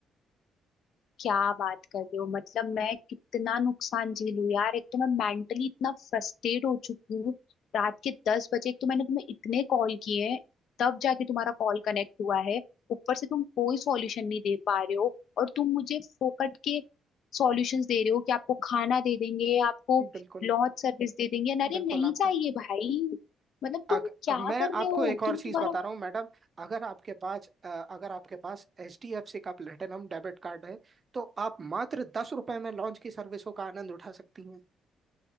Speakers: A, on the left (about 70°); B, on the right (about 35°).
A: क्या बात कर रहे हो मतलब मैं कितना नुकसान झेलू यार एक तो मैं मेंटली इतना फ्रस्ट्रेट हो चुकी हूँ रात के दस बजे एक तो मैंने तुम्हें इतने कॉल किए हैं तब जाके तुम्हारा कॉल कनेक्ट हुआ है ऊपर से तुम कोई सॉल्यूशन नहीं दे पा रहे हो और तुम मुझे फोकट के सॉल्यूशंस दे रहे हो कि आपको खाना दे देंगे आपको
B: बिल्कुल
A: लॉन्च सर्विस दे देंगे अरे
B: बिल्कुल
A: नहीं
B: आपको
A: चाहिए भाई मतलब
B: अग,
A: तुम क्या
B: अब मैं
A: कर रहे
B: आपको
A: हो
B: एक और
A: तुम
B: चीज़
A: तुम्हारा
B: बता रहा हूँ मैडम अगर आपके पास अ, अगर आपके पास एच डी एफ सी का प्लेटिनम डेबिट कार्ड है तो आप मात्र दस रुपए में लॉन्च की सर्विसों का आनंद उठा सकती